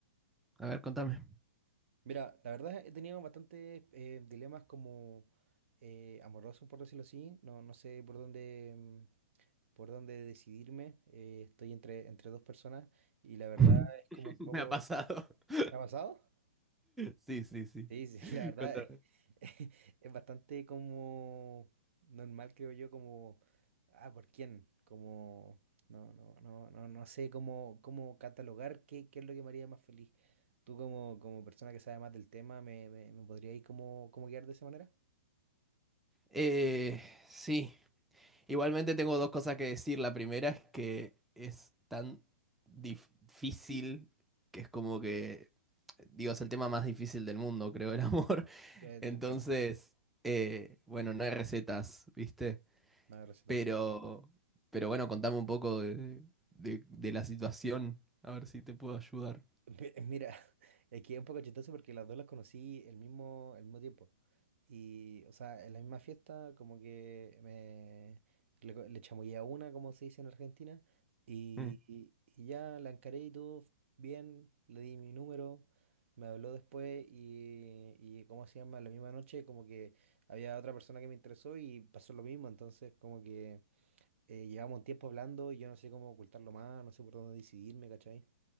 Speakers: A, in the centre; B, on the right.
A: A ver, contame.
B: Mira, la verdad he tenido bastantes eh, dilemas como eh, amorosos, por decirlo así, no, no sé por dónde, mm, por dónde decidirme, eh, estoy entre, entre dos personas y la verdad
A: <laughs>
B: es como un poco...
A: Me ha pasado. <laughs>
B: ¿Te ha pasado?
A: Sí, sí, sí.
B: Sí, sí, <laughs> la verdad
A: Contame.
B: es, <laughs> es bastante como normal, creo yo, como, ah, ¿por quién? Como, no, no, no, no, no sé cómo, cómo catalogar qué, qué es lo que me haría más feliz. Tú como, como persona que sabe más del tema, ¿me, me, me podrías ir como, como guiar de esa manera?
A: Eh, sí, igualmente tengo dos cosas que decir. La primera es que es tan difícil que es como que, digo, es el tema más difícil del mundo, <laughs> creo, el amor. <laughs>
B: Eh,
A: Entonces,
B: literal,
A: eh, bueno, no hay recetas, ¿viste?
B: nada de recetas
A: Pero, pero bueno, contame un poco de, de- de la situación, a ver si te puedo ayudar.
B: Mi- eh, Mira, <laughs> aquí es un poco chistoso porque las dos las conocí el mismo, el mismo tiempo. Y, o sea, en la misma fiesta, como que me le, co- le chamullé a una, como se dice en Argentina, y,
A: Mm.
B: y- y ya la encaré y todo bien, le di mi número, me habló después y, y, ¿cómo se llama? La misma noche, como que había otra persona que me interesó y pasó lo mismo, entonces, como que eh, llevamos un tiempo hablando y yo no sé cómo ocultarlo más, no sé por dónde decidirme, ¿cachai?